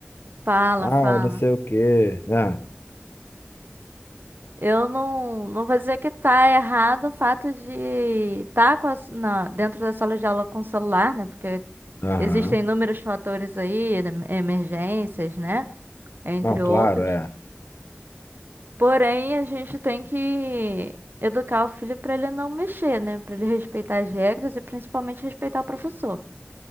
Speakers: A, on the right; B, on the left.
A: fala,
B: Ah,
A: fala.
B: eu não sei o quê. Ah,
A: Eu não, não vou dizer que tá errado o fato de estar com a, na- dentro da sala de aula com o celular, né? Porque
B: aham.
A: existem inúmeros fatores aí, em- emergências, né? Entre
B: Não, claro,
A: outros.
B: é.
A: Porém, a gente tem que educar o filho para ele não mexer, né? Para ele respeitar as regras e principalmente respeitar o professor.